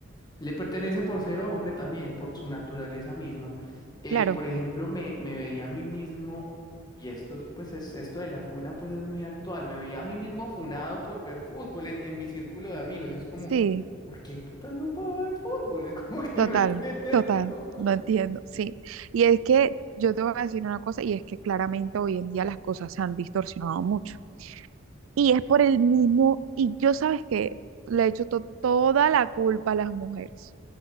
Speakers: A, on the left; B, on the right.
A: le pertenecen por ser hombre también, por su naturaleza misma. Eh,
B: claro,
A: por ejemplo, me, me veía a mí mismo, y esto, es, pues es, esto de la funa pues es muy actual, me veía a mí mismo funado por ver fútbol en, en mi círculo de amigos. Es como,
B: sí,
A: ¿por qué putas no puedo ver fútbol? Es como que
B: total,
A: no entiendo.
B: total,
A: <laughs>
B: no entiendo, sí. Y es que yo te voy a decir una cosa, y es que claramente hoy en día las cosas se han distorsionado mucho. Y es por el mismo, y yo sabes que le echo to- toda la culpa a las mujeres.